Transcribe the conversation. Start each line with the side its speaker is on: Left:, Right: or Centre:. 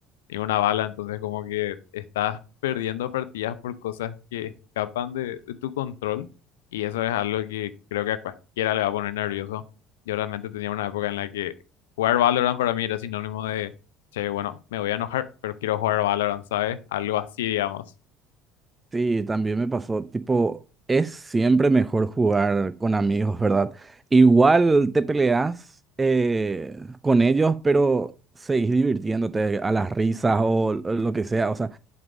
Left: y una bala, entonces como que estás perdiendo partidas por cosas que escapan de, de tu control y eso es algo que creo que a cualquiera le va a poner nervioso. Yo realmente tenía una época en la que jugar Valorant para mí era sinónimo de, che, bueno, me voy a enojar, pero quiero jugar Valorant, ¿sabes? Algo así, digamos.
Right: Sí, también me pasó, tipo, es siempre mejor jugar con amigos, ¿verdad? Igual te peleas eh, con ellos, pero seguís divirtiéndote a las risas o l- lo que sea, o sea,